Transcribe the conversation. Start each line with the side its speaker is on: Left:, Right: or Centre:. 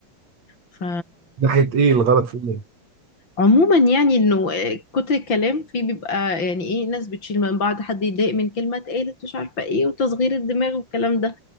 Left: ف
Right: ناحية ايه الغلط في ايه
Left: عموما يعني انه كتر الكلام فيه بيبقى يعني ايه ناس بتشيل من بعض حد يتضايق من كلمة اتقالت مش عارفة ايه وتصغير الدماغ والكلام ده